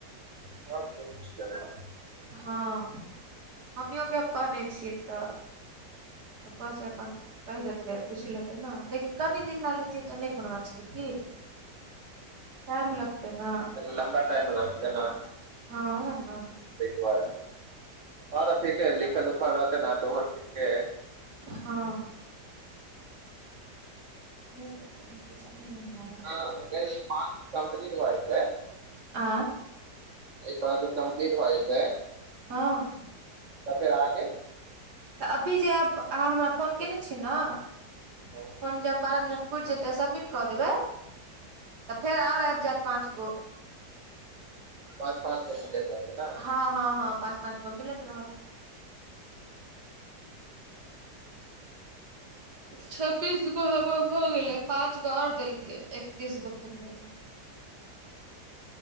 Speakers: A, on the right; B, on the right.
A: हाँ पुछि लेबै हम।
B: हाँ, मम्मियो के हम कहने छियै तऽ। पप्पा से अपन कहि देतै पूछि लेते ने, देखी कनि दिन ले लेतियै त नै कोनो बात छै कि, टाइम लगतै ने।
A: लंबाटाइम लगतेना।
B: हँ न।
A: त दुआरे हँ तऽ ठीक है लिखल उखल रहतै न तऽ ठीके है।
B: हँ। नहि पकडलकै तऽ कमैै ने हम।
A: हँ अकर ई पांच कम्प्लीट भ जेतै।
B: आ।
A: अ कह त कम्प्लीट भ जेते
B: हँ।
A: तऽ फेर आगे।
B: तऽ अभी जेयब अहाँ हमरा फोन कयने छी ने
A: हाँ
B: फोन जब बारह मिनट। फूटि जेतै सबमिट कऽ देबै तऽ फेर आओर आबि जायत पाँच गो।
A: पाँच पाँचिनट तक रहतै। ने
B: हँ हँ हँ पाँच पाँच गो मिलैत रहत। छब्बीस गो ह भ गेलै पाँच गो आओर देलकै एकतीस गो। खूब भेले।